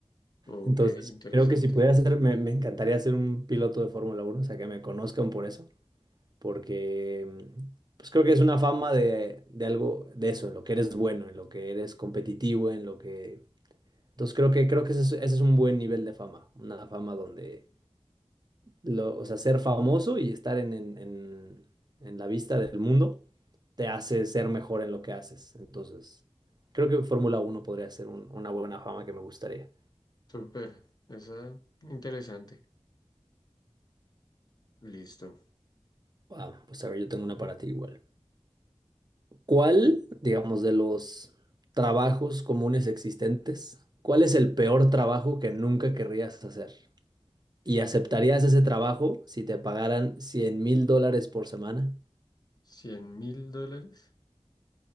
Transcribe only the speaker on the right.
Entonces,
creo que si pudiera ser, me, me encantaría ser un piloto de Fórmula uno o sea, que me conozcan por eso, porque mm, pues creo que es una fama de, de algo de eso, en lo que eres bueno, en lo que eres competitivo, en lo que entonces creo que, creo que ese es, ese es un buen nivel de fama, una fama donde, lo, o sea, ser famoso y estar en, en, en- en la vista del mundo te hace ser mejor en lo que haces. Entonces, creo que Fórmula uno podría ser un- una buena fama que me gustaría.
Ah, pues a ver, yo tengo una para ti igual. ¿Cuál, digamos, de los trabajos comunes existentes, cuál es el peor trabajo que nunca querrías hacer? ¿Y aceptarías ese trabajo si te pagaran cien mil dólares por semana?